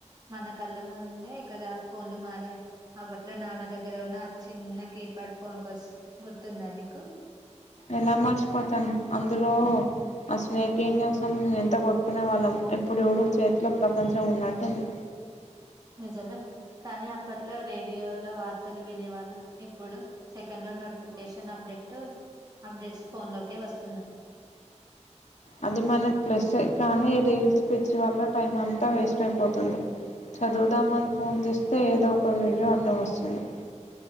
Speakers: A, on the right (about 35°); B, on the left (about 75°).
A: మన కళ్ళ ముందే కదా ఫోన్లు మారాయి అప్పట్లో నాన్న దగ్గర ఉన్న చిన్న కీప్యాడ్ ఫోన్ కోస్ గుర్తుందా నీకు
B: ఎలా మర్చిపోతాను అందులో ఆ స్నేక్ గేమ్ కోసం ఎంత కొట్టుకునే వాళ్ళం ఇప్పుడుజూడు చేతిలో ప్రపంచం ఉన్నట్టుంది
A: నిజమే కానీ అప్పట్లో రేడియోలో వార్తలు వినేవాళ్ళం ఇప్పుడు సెకండ్లో నోటిఫికేషన్ అప్డేట్ అప్డేట్స్ ఫోన్లోకె వస్తున్నాయి
B: అది మనకి ప్లస్ కానీ ఈ రీల్స్ పిచ్చ వల్ల టైం అంతా వేస్ట్ అయిపోతుంది చదువుదామ అని ఫోన్ తీస్తే ఏదో ఒక వీడియో అడ్డం వస్తుంది